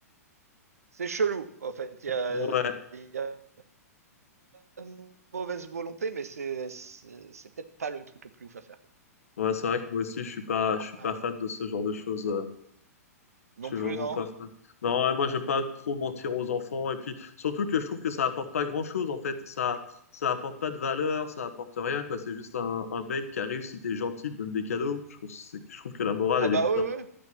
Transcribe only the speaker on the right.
c'est chelou, en fait. Il y a,
il y a pas de mauvaise volonté, mais c'est, c'est, c'est peut-être pas le truc le plus ouf à faire, quoi.
Ah,
ouais.
Non
plus,
non?
Ah
bah
oui, oui.